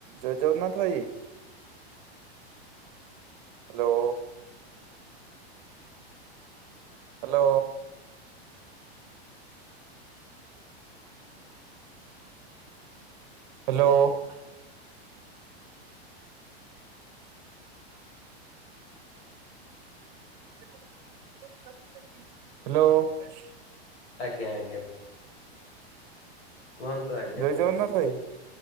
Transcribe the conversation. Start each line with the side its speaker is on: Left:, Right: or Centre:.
Right: ଜୟ ଜଗନ୍ନାଥ ଭାଇ। Hello! Hello! Hello! <inaudible> Hello!
Left: ଆଜ୍ଞା, ଆଜ୍ଞା। କୁହନ୍ତୁ, ଆଜ୍ଞା
Right: ଜୟ
Left: କୁହନ୍ତୁ।
Right: ଜଗନ୍ନାଥ ଭାଇ